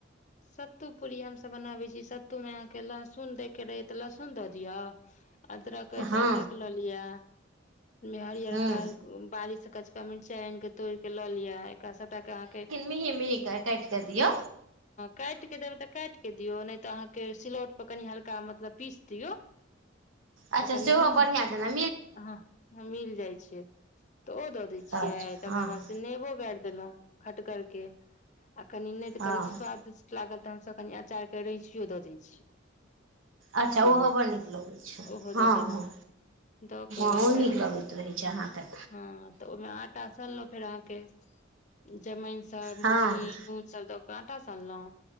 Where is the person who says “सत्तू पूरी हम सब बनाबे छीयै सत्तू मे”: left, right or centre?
Left